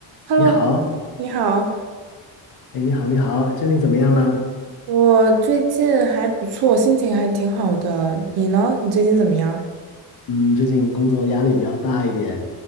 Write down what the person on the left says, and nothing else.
你好，
哎，你好，你好，最近怎么样啦？
嗯，最近工作压力比较大一点，